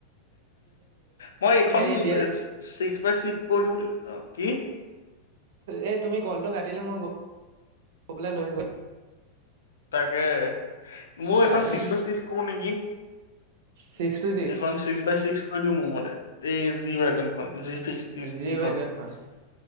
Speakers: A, on the left; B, on the right.
A: মই এইখন
B: এই এতিয়া
A: ছিক্স বাই চিক্স কৰিলোঁ অ', কি?
B: এ তুমি কলটো কাটিলে মই গৈ পেলাই লৈ আহিব
A: তাকে মোৰ
B: প্ৰাইভেট
A: এখন ছিক্স বাই ছিক্স কৰোঁ নেকি?
B: ছিক্স টু
A: এইখন ছিক্স বাই ছিক্স কৰি দিওঁ মোৰ মতে এই জিৱেগন খন। ছিক্সটি
B: জি
A: ছিক্সত
B: ৱেগনখন